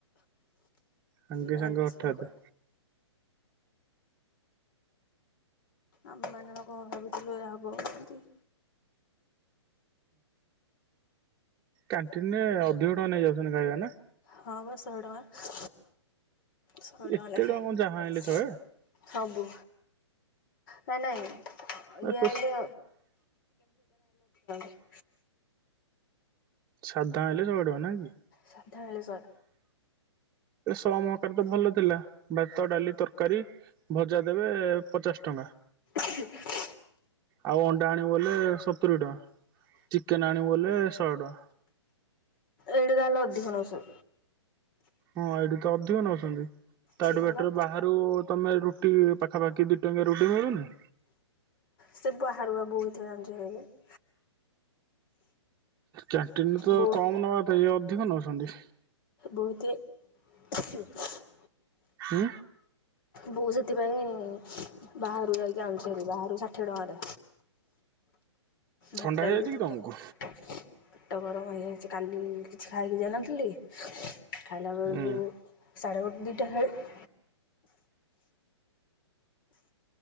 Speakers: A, on the right; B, on the left.
A: ସାଙ୍ଗେ
B: ଜାଣିଛି
A: ସାଙ୍ଗେ ଅଠାଦେ।
B: ଭଗବାନ ଆମେ ମାନେ କଣ ଭାବୁଥିଲୁ ଏହା ହବ ବୋଲିକି।
A: କ୍ୟାଣ୍ଟିନରେ ଅଧିକ ଟଙ୍କା ନେଇଯାଉଚନ୍ତି ଖାଇବା ନା?
B: ହଁ ବା ଶହେ ଟଙ୍କା। ଶହେ
A: ଏତେ
B: ଟଙ୍କା ଲେଖାଏ।
A: କଣ ଯାହା ଆଣିଲେ ଶହେ
B: ସବୁ
A: ଏ
B: ନାଇ ନାଇଁ ଇଏ
A: ତ
B: ଆଇଲେ <unintelligible>
A: ସାଧା ହେଲେ ଶହେ ଟଙ୍କା ନା କି?
B: ସାଧା ହେଲେ ସ
A: ସୋମ କାଲି ତ ଭଲ ଥିଲା। ଭାତ, ଡାଲି, ତରକାରୀ ଭଜା ଦେବେ ପଚାଶ ଟଙ୍କା।
B: ଛି।
A: ଆଉ ଅଣ୍ଡା ଆଣିବୋଲେ ସତୁରି ଟଙ୍କା। ଚିକେନ ଆଣିବୁବୋଲେ ଶହେ ଟଙ୍କା।
B: ଏଠି ତାହାଲେ ଅଧିକ ନଉଛନ୍ତି।
A: ହଁ ଏଇଠି ତ ଅଧିକ ନଉଚନ୍ତି। ତାଠୁ
B: ବାବା
A: ବେଟର ବାହା ତୁ ତମେ ରୁଟି ପାଖାପାଖି ଦି ଟଙ୍କିଆ ରୁଟି ମିଲୁନି।
B: ସେ ବାହାରୁ ବା ବହୁଥିରେ ଆଣୁଚି କିଣିକି।
A: କ୍ୟାଣ୍ଟିନରୁ ତ
B: ବୋଉ
A: କମ ନବା କଥା ଇଏ ଅଧିକ ନଉଚନ୍ତି।
B: ବହୁତେ <inaudible>
A: ହୁଁ।
B: ବୋଉ ସେଥିପାଇଁ ବାହାରୁ ଯାଇକି ଆଣୁଚିହେରି ବାହାରୁ ଷାଠିଏ ଟଙ୍କାରେ
A: ଥଣ୍ଡା
B: ଭାତ ଡାଲି
A: ହେଇଯାଇଛି
B: ତରକାରୀ।
A: କି ତମକୁ
B: ପେଟ ଗରମ ହେଇଯାଇଛି କାଲି କିଛି ଖାଇକି ଯାଇନଥିଲି ଖାଇଲା ବେଳକୁ
A: ହୁଁ
B: ସାଢେ ଗୋଟେ ଦିଟା ହେଲାଣି